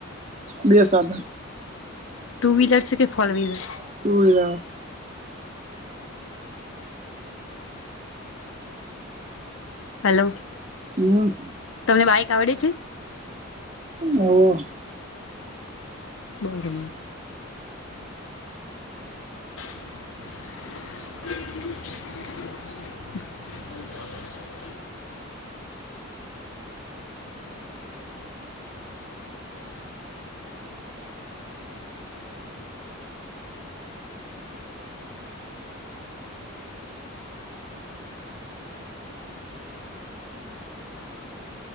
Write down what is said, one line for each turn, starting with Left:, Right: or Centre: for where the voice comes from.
Right: બે સાધન
Left: ટુ વ્હીલર છે કે ફોર વ્હીલર
Right: પરા <inaudible>
Left: હલો
Right: હમ
Left: તમને બાઈક આવડે છે
Right: આવો
Left: બરોબર <inaudible> <inaudible>